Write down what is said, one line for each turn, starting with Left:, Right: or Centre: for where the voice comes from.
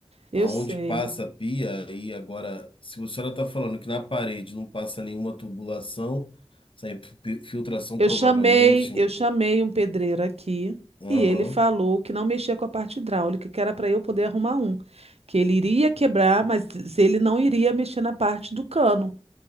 Right: Eu
Left: aonde
Right: sei.
Left: passa a pia, aí agora, se a senhora está falando que na parede não passa nenhuma tubulação, sem filtração
Right: Eu
Left: provavelmente.
Right: chamei, eu chamei um pedreiro aqui
Left: Aham.
Right: e ele falou que não mexia com a parte hidráulica, que era para eu poder arrumar um, que ele iria quebrar, mas diz- ele não iria mexer na parte do cano,